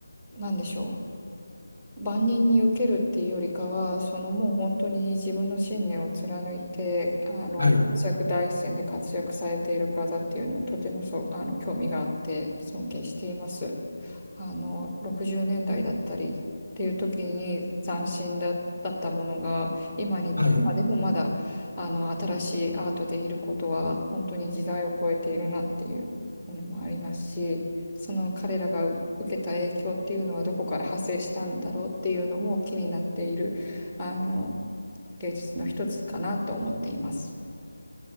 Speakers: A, in the centre; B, on the right.
A: なんでしょう。万人に受けるっていうよりかは、そのもう本当に自分の信念を貫いて、あの、
B: はい。
A: 活躍第一線で活躍されている方っていうのはとてもそう、あの、興味があって尊敬しています。あの、60年代だいだったりっていう時に斬新だ、だったものが、今に、
B: はい。
A: 今でもまだ、あの、新しいアートでいることは、本当に時代を超えているなっていうものもありますし、その彼らが受けた影響っていうのはどこから派生したんだろうっていうのも気になっている、あの、芸術の一つかなと思っています。